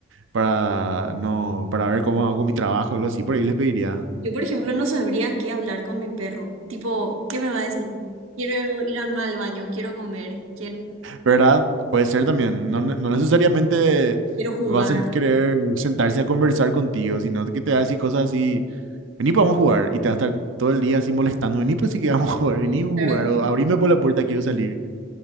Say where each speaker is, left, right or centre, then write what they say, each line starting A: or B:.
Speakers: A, on the right (about 70°); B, on the right (about 85°).
A: para, no, para ver cómo hago mi trabajo, algo así, por ahí les pediría.
B: Yo, por ejemplo, no sabría qué hablar con mi perro. Tipo, ¿qué me va a decir? Quiero ir al al baño, quiero comer, quiero,
A: ¿Verdad? Puede ser también, no, ne- no necesariamente
B: quiero jugar.
A: vas a sen- querer sentarse a conversar contigo, sino que te va a decir cosas así Vení, pues, vamos a jugar. Y te va a estar todo el día así molestando. Vení, pues sí que vamos a <laughs> jugar. Vení, vamos
B: claro
A: a jugar. O abrime por la puerta, quiero salir.